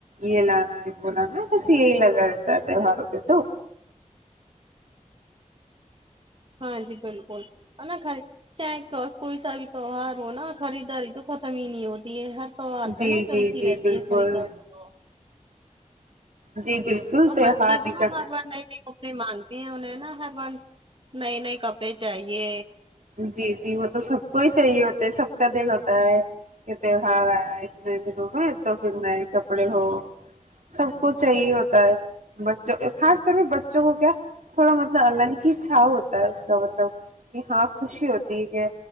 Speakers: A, on the right; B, on the right.
A: یہ لانا ہے وہ لانا ہے بس یہی لگا رہتا ہے تیوہاروں پے تو
B: ہاں جی بالکل ہے نا گھر چیک کوئی سا بھی تیوار ہو نا خریداری تو ختم ہی نہیں ہوتی ہے ہر سار پہ
A: جی
B: نا چلتی
A: جی جی
B: رہتی
A: بالکل
B: ہے خریداری تو
A: جی بالکل
B: اور
A: تہوار
B: بچے تو
A: نکل
B: نا ہر بار نئے ہی اپنی مانتی ہیں انہیں نا ہر بار نئے نئے کپڑے چاہیے
A: جی جی وہ تو سب کو ہی چاہیے ہوتا ہے سب کا دل ہوتا ہے تہوار آیا اتنے دنوں میں تو پھر نئے کپڑے ہو سب کو چاہیے ہوتا ہے بچوں خاص طور پے بچوں کو کیا تھوڑا مطلب الگ ہی چھاؤ ہوتا ہے اس کا مطلب کہ ہاں خوشی ہوتی ہے کہ